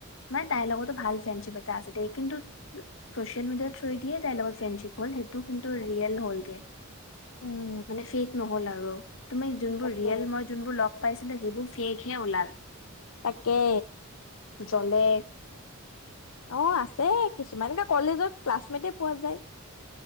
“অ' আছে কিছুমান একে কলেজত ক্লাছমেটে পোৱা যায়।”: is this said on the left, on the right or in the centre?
Left